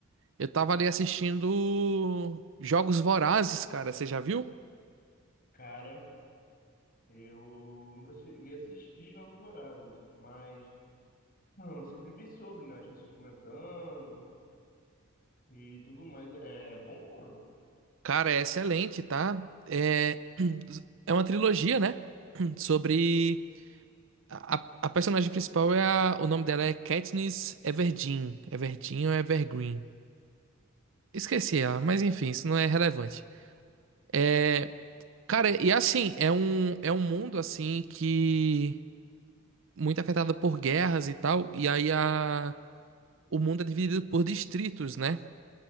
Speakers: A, on the right; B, on the left.
A: Eu tava ali assistindo Jogos Vorazes, cara. Você já viu?
B: Cara, eu nunca cheguei a assistir Jogos Vorazes, mas não, eu sempre vi sobre, né, as pessoas comentando e tudo mais. É, é bom, mano?
A: Cara, é excelente, tá? É, <clears throat> é uma trilogia, né? <clears throat> Sobre. A, a a personagem principal é a... O nome dela é Katniss Everdeen. Everdeen ou Evergreen. Esqueci ela, mas enfim, isso não é relevante. É, Cara, e assim, é um, é um mundo assim que muito afetado por guerras e tal, e aí a, o mundo é dividido por distritos, né?